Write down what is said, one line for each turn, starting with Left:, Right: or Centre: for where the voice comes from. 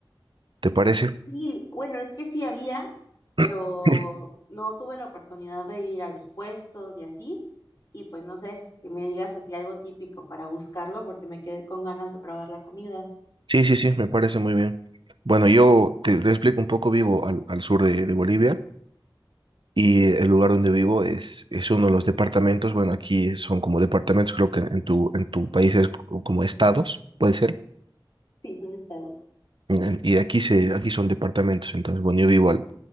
Right: ¿te parece?
Left: Sí, bueno, es que sí había, pero
Right: <clears throat>
Left: no tuve la oportunidad de ir a los puestos y así. Y pues no sé, que me digas así algo típico para buscarlo porque me quedé con ganas de probar la comida.
Right: Sí, sí, sí, me parece muy bien. Bueno, yo te, te explico un poco, vivo al, al sur de, de Bolivia y el lugar donde vivo es, es uno de los departamentos, bueno, aquí son como departamentos, creo que en tu, en tu país es co- como estados, puede ser,
Left: Sí, son estados.
Right: en- y aquí, se, aquí son departamentos, entonces, bueno, yo vivo al,